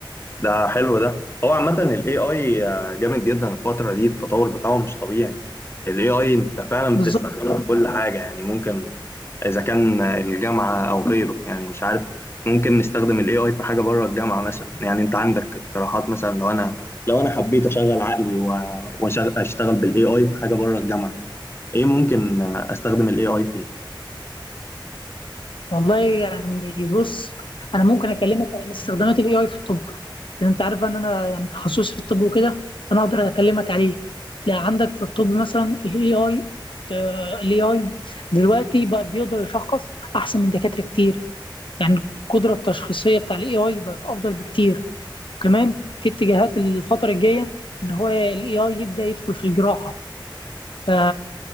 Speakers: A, on the left; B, on the left.
A: ده حلو ده هو عامه الاي اي جامد جدا الفتره دي التطور بتاعه مش طبيعي الاي اي انت فعلا
B: بالظبط
A: بتستخدمه في كل حاجه يعني ممكن اذا كان الجامعه او غيره يعني مش عارف ممكن نستخدم الاي اي في حاجه بره الجامعه مثلا يعني انت عندك اقتراحات مثلا لو انا لو انا حبيت اشغل عقلي واشتغل بالاي اي في حاجه بره الجامعه ايه ممكن استخدم الاي اي فيه
B: والله يعني بص انا ممكن اكلمك عن استخدامات الاي اي في الطب لان انت عارف ان انا يعني تخصصي في الطب وكده فانا اقدر اكلمك عليه لا عندك في الطب مثلا الاي اي الاي اي دلوقتي بقى بيقدر يشخص احسن من دكاترة كتير يعني القدرة التشخيصية بتاع الاي اي بقت افضل بكتير كمان في اتجاهات الفترة الجاية ان هو الاي اي يبدأ يدخل في الجراحة ف...